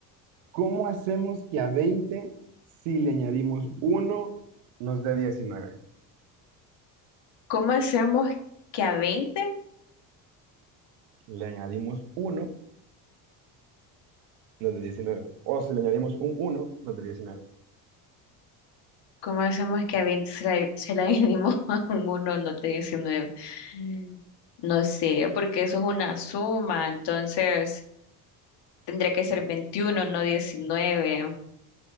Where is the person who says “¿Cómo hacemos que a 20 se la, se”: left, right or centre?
Left